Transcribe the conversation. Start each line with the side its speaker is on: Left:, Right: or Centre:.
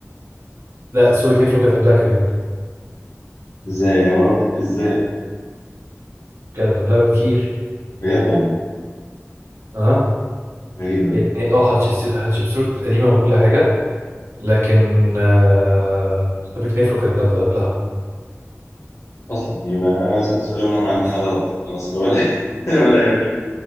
Right: لا سوبك نيفرو كانت قبلها كمان
Left: ازاي يا ورا- ازاي
Right: كانت قبلها بكتير
Left: بجد والله
Right: أها
Left: غريبة أوي.
Right: يعني اه هاتشبس- هاتشبسوت قديمة وكل حاجة لكن آه... سوبك نيفرو كانت قبل- قبلها
Left: اصلا يبقى انا سالت سؤال ومرة ما عندنا
Right: <laughs>
Left: غلط خلاص ولا <laughs> ولا يهمك